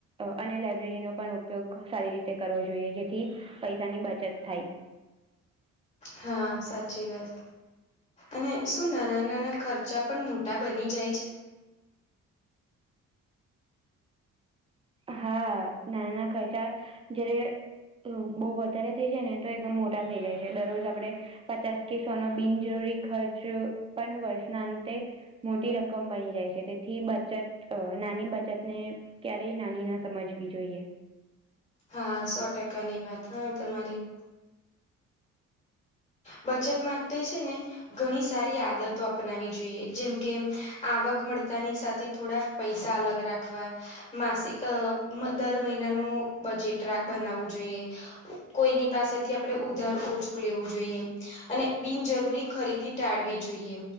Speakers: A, on the right; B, on the left.
A: અ અને લાયબ્રેરીનો પણ ઉપયોગ સારી રીતે કરવો જોઈએ, જેથી પૈસાની બચત થાય.
B: હા! સાચી વાત. અને શું નાના નાના ખર્ચા પણ મોટા બની જાય છે
A: હા, નાનાના ખર્ચા જ્યારે તો બહુ વધારે થઈ જાય ને તો એકદમ મોટા થઇ જાય છે. દરરોજ આપડે પચાસ કે સોનો બિનજરૂરી ખર્ચ પણ વર્ષના અંતે મોટી રકમ બની જાય છે તેથી બચત અ નાની બચત ને ક્યારે નાની ના સમજવી જોઈએ.
B: હા સો ટકાની વાત હો તમારી. બચત માટે છે ને ઘણી સારી આદતો અપનાવી જોઈએ. જેમકે, આવક મળતાની સાથે થોડા પૈસા અલગ રાખવા માસિક અ દર મહિનાનું બજેટ રાક બનાવવું જોઈએ. કોઈની પાસેથી આપડે ઉધાર ઓછું લેવું જોઈએ. અને બિનજરૂરી ખરીદી ટાળવી જોઈએ.